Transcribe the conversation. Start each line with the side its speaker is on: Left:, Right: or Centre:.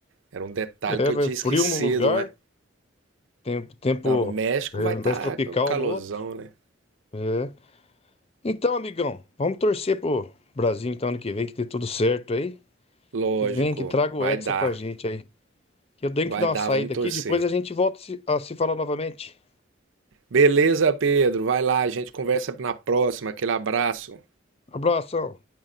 Right: Era um detalhe
Left: é,
Right: que
Left: vai
Right: eu tinha
Left: frio
Right: esquecido,
Left: num lugar,
Right: mas.
Left: tempo, tempo
Right: Não, no México
Left: é,
Right: vai
Left: mais
Right: estar
Left: tropical
Right: o calorzão,
Left: no outro.
Right: né?
Left: É. Então, amigão, vamos torcer pro Brasil então ano que vem, que dê tudo certo aí.
Right: Lógico,
Left: Que venha, que traga
Right: vai
Left: o Hexa
Right: dar.
Left: pra gente aí. Que eu tenho
Right: Vai
Left: que dar
Right: dar,
Left: uma saída
Right: vamos torcer.
Left: aqui, depois a gente volta a se a se falar novamente.
Right: Beleza, Pedro. Vai lá, a gente conversa na próxima. Aquele abraço.
Left: Abração.